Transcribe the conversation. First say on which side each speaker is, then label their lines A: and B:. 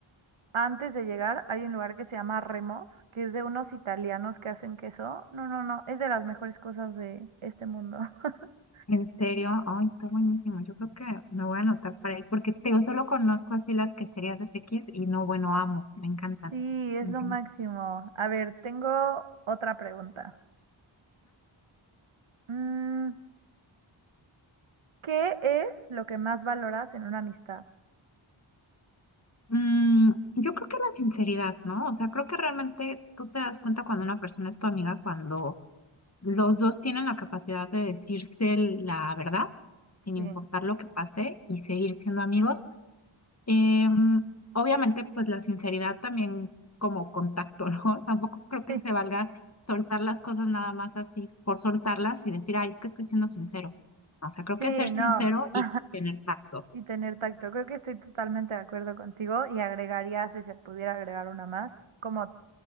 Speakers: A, on the right; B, on the left.
A: Antes de llegar hay un lugar que se llama Remos, que es de unos italianos que hacen queso. No, no, no, es de las mejores cosas de este mundo. <laughs>
B: En serio, ay, está buenísimo. Yo creo que me voy a anotar para ir, porque te digo, solo conozco así las queserías de Tequis y no, bueno, amo, me encantan.
A: Sí, es
B: Me encantan.
A: lo máximo. A ver, tengo otra pregunta. Mm, ¿qué es lo que más valoras en una amistad?
B: Mm, yo creo que la sinceridad, ¿no? O sea, creo que realmente tú te das cuenta cuando una persona es tu amiga, cuando los dos tienen la capacidad de decirse la verdad, sin
A: Sí,
B: importar lo que pase, y seguir siendo amigos. Em, obviamente, pues la sinceridad también como contacto, ¿no? <laughs> Tampoco creo que
A: <laughs>
B: se
A: sí,
B: valga soltar las cosas nada más así por soltarlas y decir, ay, es que estoy siendo sincero. O sea, creo
A: sí,
B: que ser sincero
A: no.
B: y
A: <laughs>
B: tener tacto.
A: Y tener tacto. Creo que estoy totalmente de acuerdo contigo y agregaría, si se pudiera agregar una más, como